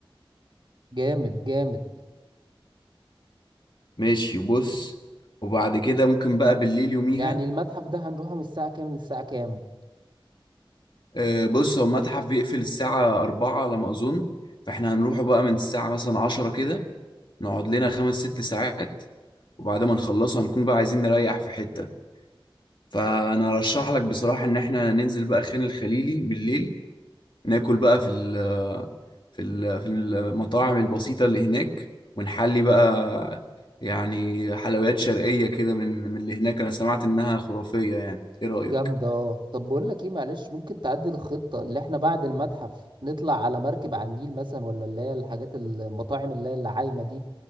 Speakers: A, on the right; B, on the left.
A: جامد جامد
B: ماشي بص وبعد كده ممكن بقى بالليل يوميها
A: يعني المتحف ده هنروحه من الساعة كام للساعة كام
B: آه، بص هو المتحف بيقفل الساعه 4 على ما اظن فاحنا هنروحه بقى من الساعه مثلا 10 كده نقعد لنا خمس ست ساعات وبعد ما نخلصه هنكون بقى عايزين نريح في حته فانا ارشح لك بصراحه ان احنا ننزل بقى خان الخليلي بالليل ناكل بقى في ال في ال في المطاعم البسيطة اللي هناك ونحلي بقى يعني حلويات شرقية كده من من اللي هناك أنا سمعت إنها خرافية يعني إيه رأيك؟
A: جامدة اه طب بقول لك ايه معلش ممكن تعدل الخطة اللي احنا بعد المتحف نطلع على مركب على النيل مثلا ولا اللي هي الحاجات المطاعم اللي هي العايمة دي